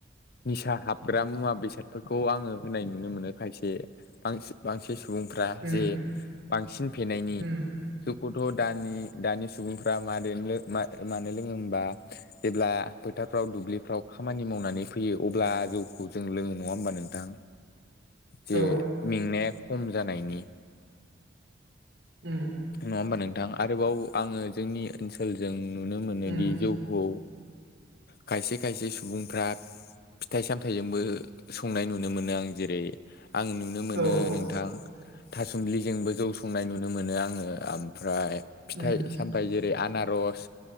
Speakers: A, on the left; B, on the right.
A: निसा हाबग्रा मुवा बेसादफोरखौ आङो होनाय नुनो मोनो खायसे बांसि बांसिन सुबुंफ्रा
B: उम
A: जे बांसिन फेनायनि
B: उम
A: जौखौथ' दानि दानि सुबुंफ्रा मादो लो- मानो लोङो होमबा जेब्ला फोथारफ्राव दुब्लिफ्राव खामानि मावनानै फैयो अब्ला जौखौ जों लोङो नङा होमबा नोंथां? जे
B: औ
A: मेंनाया खम जानायनि
B: उम
A: नङा होमबा नोंथां आरोबाव आङो जोंनि ओनसोलजों नुनो मोनोदि
B: उम
A: जौ खौ खायसे खायसे सुबुंफ्रा फिथाइ सामथायाइजोंबो संनाय नुनो मोनो आं जेरै आं नुनो मोनो
B: औ औ
A: नोंथां थासुमलिजोंबो जौ संनाय नुनो मोनो आङो ओमफ्राय फिथाइ
B: उम
A: सामथायाइ जेरै आनारस